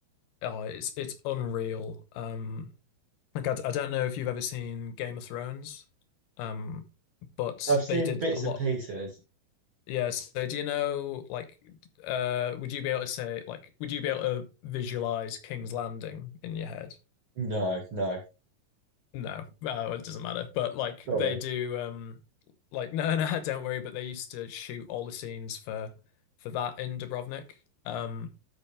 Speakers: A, on the left; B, on the right.
A: oh, it's it's unreal. Um, like I, I don't know if you've ever seen Game of Thrones, um, but
B: I've seen
A: they did
B: bits
A: a lot.
B: and pieces
A: Yeah, so do you know like uh would you be able to say like would you be able to visualize King's Landing in your head?
B: no no
A: No, uh, well, it doesn't matter. But like
B: sorry
A: they do, um, like <laughs> no, no, don't worry. But they used to shoot all the scenes for for that in Dubrovnik, um,